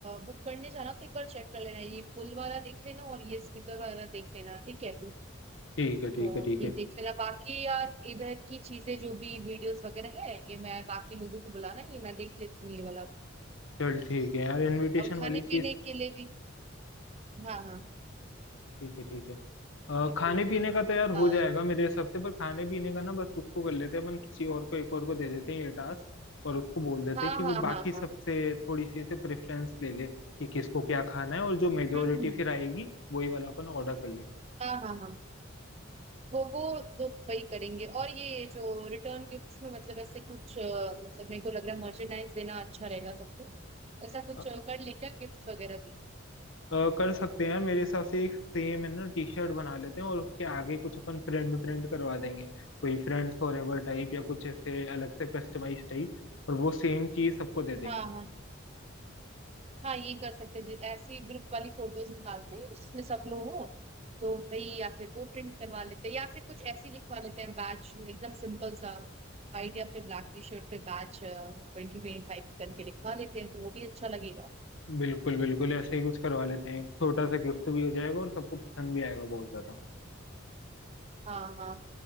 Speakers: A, on the right; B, on the left.
A: बुक करने जाना तो एक बार चेक कर लेना ये पुल वाला देख लेना और ये स्पीकर वाला देख लेना ठीक है
B: ठीक है
A: तो
B: ठीक है ठीक
A: ये
B: है
A: देख लेना बाकी यार इधर की चीजें जो भी वीडियोस वगैरह है ये मैं बाकी लोगों को बुलाना ये मैं देख लेती हूँ ये वाला
B: चल ठीक है यार इनविटेशन
A: और खाने
B: वाली
A: पीने
B: चीज
A: के लिए भी हाँ हाँ
B: ठीक है ठीक है अ,
A: बिल्कुल
B: खाने पीने का तो यार
A: हाँ
B: हो जाएगा मेरे हिसाब से पर खाने पीने का ना बस उसको कर लेते हैं अपन किसी और को एक और को दे देते हैं ये टास्क और उसको बोल देते
A: हाँ
B: हैं कि वो
A: हाँ
B: बाकी
A: हाँ
B: सबसे
A: हाँ
B: थोड़ी सी से प्रेफरेंस ले ले कि किसको क्या खाना है और जो मेजोरिटी
A: हम्म हम्म,
B: फिर आएगी वही वाला अपन ऑर्डर कर लेंगे
A: हाँ हाँ हाँ वो वो वो वही करेंगे और ये जो रिटर्न गिफ्ट्स में मतलब ऐसे कुछ अ, मतलब मेरे को लग रहा है मर्चेंडाइज देना अच्छा रहेगा सबको ऐसा कुछ
B: अ,
A: अ, कर लें क्या गिफ्ट वगैरह भी
B: अ, कर सकते हैं यार मेरे हिसाब से एक सेम है ना टी शर्ट बना लेते हैं और उसके आगे कुछ अपन प्रिंट प्रिंट करवा देंगे कोई फ्रेंड्स फॉर एवर टाइप या कुछ ऐसे अलग से कस्टमाइज टाइप और वो सेम चीज सबको दे देंगे
A: हाँ हाँ हाँ ये कर सकते हैं जी- ऐसी ग्रुप वाली फोटोज निकालते हैं उसमें सब लोग हो तो भाई या फिर वो प्रिंट करवा लेते हैं या फिर कुछ ऐसी लिखवा लेते हैं बैच एकदम सिंपल सा व्हाइट या फिर ब्लैक टी शर्ट पे बैच ट्वेंटी ट्वेंटी फाइव करके लिखवा लेते हैं तो वो भी अच्छा लगेगा
B: बिल्कुल बिल्कुल ऐसे ही कुछ करवा लेते हैं एक छोटा सा गिफ्ट भी हो जाएगा और सबको पसंद भी आएगा बहुत ज्यादा
A: हाँ हाँ